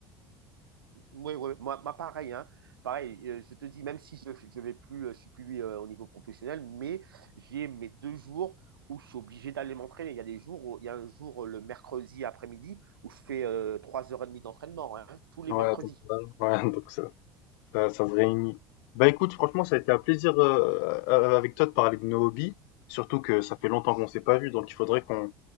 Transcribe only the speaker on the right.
Oui, oui, moi, moi, pareil, hein. Pareil, euh, je te dis, même si je, je vais plus, euh, je suis plus euh, au niveau professionnel, mais j'ai mes deux jours où je suis obligé d'aller m'entraîner. Il y a des jours, où- il y a un jour euh, le mercredi après-midi où je fais euh, trois heures et demie d'entraînement, hein, tous les
mercredis.